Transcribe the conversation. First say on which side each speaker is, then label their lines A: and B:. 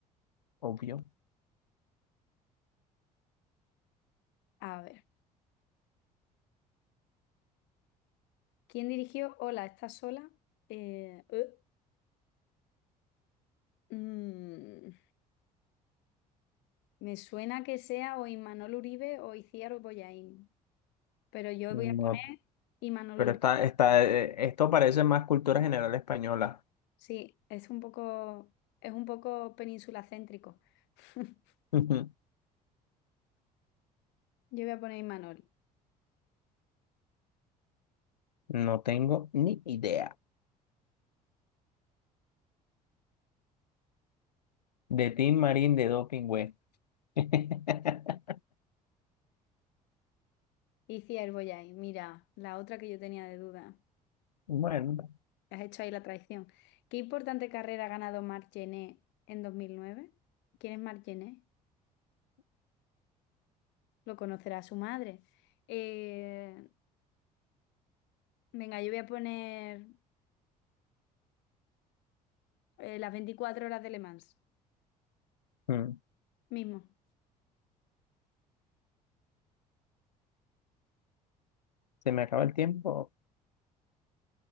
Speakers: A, on the left; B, on the left.
A: obvio.
B: A ver. ¿Quién dirigió Hola, ¿estás sola? Eh, eh, mm, me suena que sea o Imanol Uribe o Iciar Bollaín, pero yo
A: No,
B: voy a poner Imanol
A: pero
B: Uribe.
A: está, está, eh, esto parece más cultura general española.
B: Sí, es un poco, es un poco península céntrico. <laughs>
A: <laughs>
B: Yo voy a poner Imanol.
A: No tengo ni idea. De Team Marín de Doping Web. <laughs>
B: Iciar Bollaín, mira, la otra que yo tenía de duda.
A: Bueno,
B: Has hecho ahí la traición. ¿Qué importante carrera ha ganado Marc Gené en 2009? ¿Quién es Marc Gené? lo conocerá su madre. Eh, venga, yo voy a poner eh, las 24 horas de Le Mans,
A: mm,
B: mismo.
A: se me acaba el tiempo.